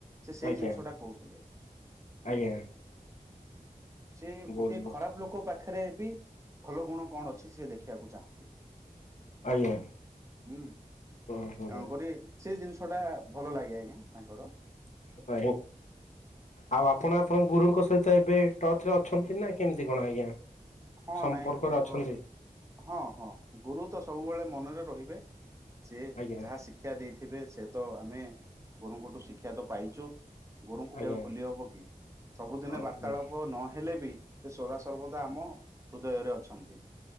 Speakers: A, on the right; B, on the left.
A: ସେ ସେଇ
B: ଆଜ୍ଞା
A: ଜିନିଷ ଟା କହୁଥିଲେ
B: ଆଜ୍ଞା
A: ହୁଁ। ସେ
B: ବହୁତ
A: ଗୋଟେ
B: ବ
A: ଖରାପ ଲୋକ ପାଖ ରେ ବି ଭଲ ଗୁଣ କଣ ଅଛି ସିଏ ଦେଖିବାକୁ ଚାହାନ୍ତି।
B: ଆଜ୍ଞା।
A: ହୁଁ
B: ହୁଁ ହୁଁ
A: ତେଣୁକରି ସେ ଜିନିଷ ଟା ଭଲ ଲାଗେ ଆଜ୍ଞା ତାଙ୍କର।
B: <unintelligible> ଆଉ ଆପଣ ଆପଣଙ୍କ ଗୁରୁଙ୍କ ସହିତ ଏବେ ଟଚ୍ ରେ ଅଛନ୍ତି ନା କେମିତି କଣ ଆଜ୍ଞା?
A: ହଁ
B: ସମ୍ପର୍କରେ
A: ନାଇଁ ଗୁରୁଙ୍କ
B: ଅଛନ୍ତି
A: ହଁ ହଁ ଗୁରୁ ତ ସବୁବେଳେ ମନରେ ରହିବେ। ସିଏ
B: ଆଜ୍ଞା
A: ଯାହା ଶିକ୍ଷା ଦେଇଥିବେ ସେ ତ ଆମେ ଗୁରୁଙ୍କଠୁ ଶିକ୍ଷା ତ ପାଇଛୁ। ଗୁରୁଙ୍କୁ
B: ଆଜ୍ଞା
A: କେବେ ଭୁଲି ହବ କି ସବୁଦିନେ
B: ଓହୋ
A: ବାର୍ତ୍ତାଳାପ ନହେଲେ ବି ସେ ସଦା ସର୍ବଦା ଆମ ହୃଦୟରେ ଅଛନ୍ତି।